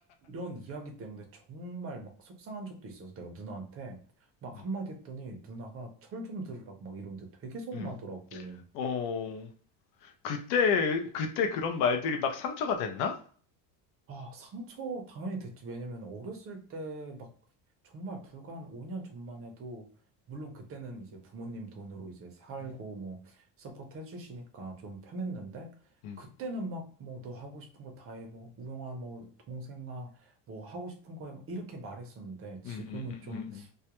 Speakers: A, on the right; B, on the left.
A: 이런 이야기 때문에 정말 막 속상한 적도 있어서 내가 누나한테 막
B: 음,
A: 한마디 했더니 누나가 철 좀 들으라고 막 이러는데 되게 서운하더라고.
B: 음. 어, 그때 그때 그런 말들이 막 상처가 됐나?
A: 아, 상처 당연히 됐지. 왜냐면 어렸을 때 막 정말 불과 한 5년 전만 해도 물론 그때는 이제 부모님 돈으로 이제 살고
B: 음,
A: 뭐 서포트 해주시니까 좀 편했는데
B: 음,
A: 그때는 막 뭐 너 하고 싶은 거 다 해. 뭐 우영아 뭐 동생아 뭐 하고 싶은 거에 이렇게 말했었는데 지금은
B: 음, 음, 음,
A: 좀
B: 음. 음.